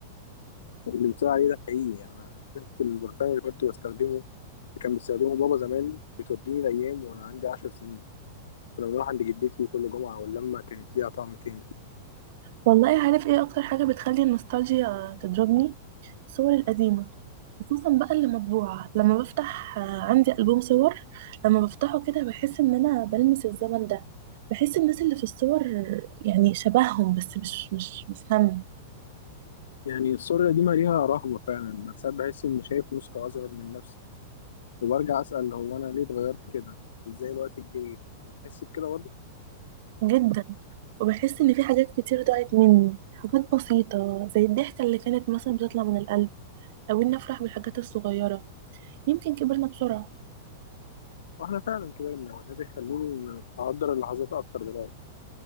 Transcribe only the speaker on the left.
اللي بتقول عليه ده حقيقي يعني أنا ريحة البرفان اللي كنت بستخدمه كان بيستخدمه بابا زمان بتوديني الأيام وأنا عندي عشر سنين كنا بنروح عند جدتي كل جمعة واللمة كانت ليها طعم تاني
يعني السوريا دي مليها رهبة فعلا أنا ساعات بحس إني شايف نسخة أصغر من نفسي وبرجع أسأل هو أنا ليه اتغيرت كده إزاي الوقت الجري بتحس بكده
واحنا فعلا كبرنا وده بيخليني اقدر اللحظات اكتر دلوقتي